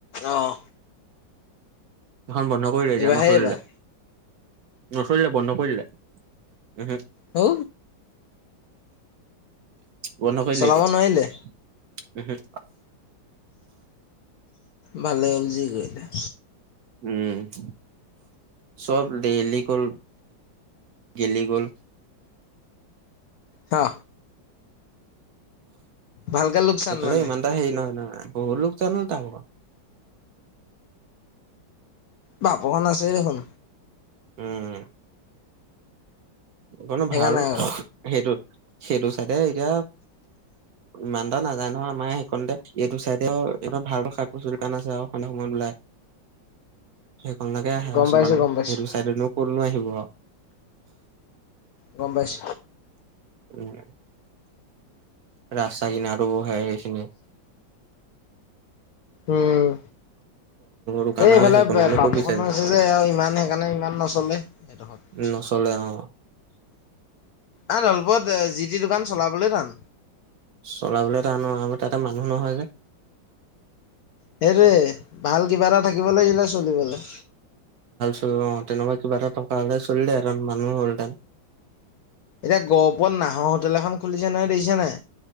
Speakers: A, on the left; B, on the right.
A: অহ।
B: খন বন্ধ কৰিলে এতিয়া
A: এইবাৰহে
B: নচলিলে।
A: এইবাৰ
B: নচলিলে বন্ধ কৰি দিলে।
A: ঔ
B: বন্ধ কৰিলে
A: চলাব
B: এতিয়া
A: নোৱাৰিলে
B: উ হু।
A: ভালে হ'ল জি কৰিলে।
B: উম চব ডেইলি কৰি। গেলি গ'ল।
A: হা। ভালকে লোকচান
B: এইফালে
A: মানে
B: ইমান এটা হেৰি নহয় নহয় বহুত লোকচান তাৰ ভাগৰ।
A: বাপখন আছে দেখোন।
B: উম। কণো
A: সেইকাৰণে
B: ভাল
A: আৰু
B: সেইটো সেইটো চাইটে এতিয়া। ইমান এটা নাযানো নহয় আমাৰ সেইখনণতে এইটো চাইদৰ ভাল শাক পচিলী দোকান আছে আৰু সন্ধা সময়ত ওলাই। <unintelligible> ভাল লাগে আহে
A: গম পাইছো
B: মানে
A: গম পাইছো
B: সেইটো চাইডতনো ক'তনো আহিব আও।
A: গম পাইছোঁ।
B: উম। ৰাস্তাকিনাটো বহে সেইখিনি।
A: উম।
B: দোকান
A: এই এইফালে
B: আৰু সেইকণনো
A: পাপ বাপুকনৰ
B: ক'ত বিচাৰিব
A: আছে যে আৰু ইমান সেইকাৰণে ইমান নচলে সেইডোখৰত।
B: নচলে অ।
A: আ দলপত জি টি দোকান চলাবলৈ টান।
B: চলাবলৈ টান অ আৰু তাতে মানুহ নহয় যে।
A: সেইটোৱে ভাল কিবা এটা থাকিব লাগছিলে চলিবলৈ।
B: ত অ তেনেকুৱা কিবা এটা থকা হ'লে চলিলে আৰু মানুহ হ'লহেতেন।
A: এতিয়া গহপুৰত নাহৰ হোটেল এখন-। খুলিছে নহয় দেখিছা নাই